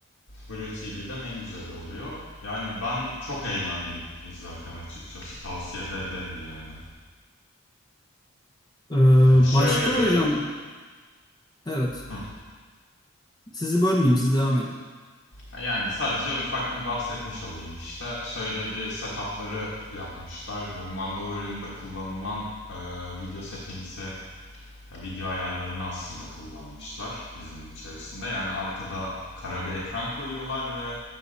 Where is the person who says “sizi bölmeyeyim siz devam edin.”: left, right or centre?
Left